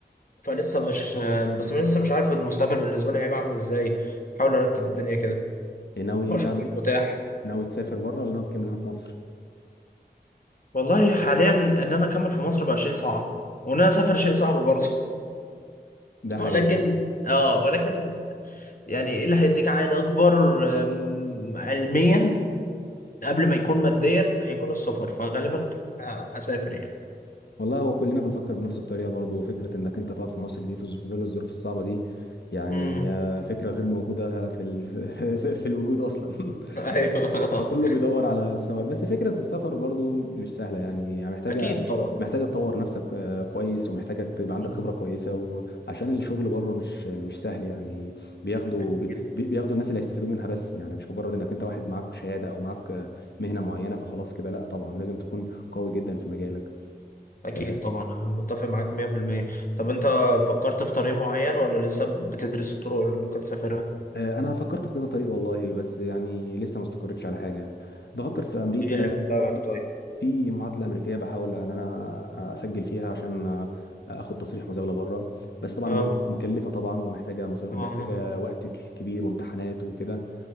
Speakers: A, on the left; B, on the left.
A: فلسه مش بس لسه مش عارف المستقبل بالنسبة لي هيبقى عامل ازاي بحاول ارتب الدنيا كده
B: ايه ناوي
A: اشوف
B: تعمل
A: ايه المتاح
B: ناوي تسافر بره ولا ناوي تكمل هنا في مصر
A: والله حاليا ان انا اكمل في مصر بقى شيء صعب وان انا اسافر شيء صعب برضه <laughs>
B: ده حقيقي
A: ولكن اه ولكن يعني ايه اللي هيديك عائد اكبر أم، علميا قبل ما يكون ماديا هيكون السفر فغالبا اسافر يعني
B: والله هو كلنا بنفكر بنفس الطريقة برضه فكرة انك انت تقعد في مصر دي في في ظل الظروف الصعبة دي يعني
A: امم
B: آه، فكرة غير موجودة في ال... <laughs> في الوجود اصلا <laughs>
A: ايوه
B: فكله بيدور على السفر بس فكرة السفر برضو مش سهلة يعني يعني محتاجة
A: <laughs> اكيد طبعا
B: محتاجة تطور نفسك آه، كويس ومحتاجة تبقى عندك
A: مم.
B: خبرة كويسة وعشان الشغل بره مش مش سهل يعني بياخدوا
A: اكيد
B: بي- بياخدوا الناس اللي هيستفيدوا منها بس يعني مش مجرد انك انت واحد معاك شهادة او معاك آه، مهنة معينة فخلاص كده لا طبعا لازم تكون قوي جدا في مجالك
A: اكيد
B: آه،
A: طبعا انا متفق معاك 100% طب انت فكرت في طريق معين ولا لسه بتدرس الطرق اللي ممكن تسافرها
B: آه، انا فكرت في كذا طريق والله بس يعني لسه ما استقرتش على حاجة بفكر في امريكا
A: ايه اللي في دماغك طيب
B: في معادله امريكيه بحاول ان انا اسجل فيها عشان اخد تصريح مزاوله بره بس طبعا
A: اه
B: م- مكلفه طبعا ومحتاجه مصاري
A: اه
B: ومحتاجه وقت ك- كبير وامتحانات وكده